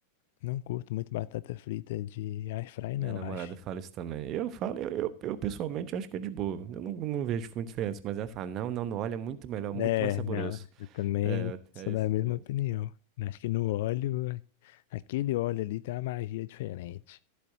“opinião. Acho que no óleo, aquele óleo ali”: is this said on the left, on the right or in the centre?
Left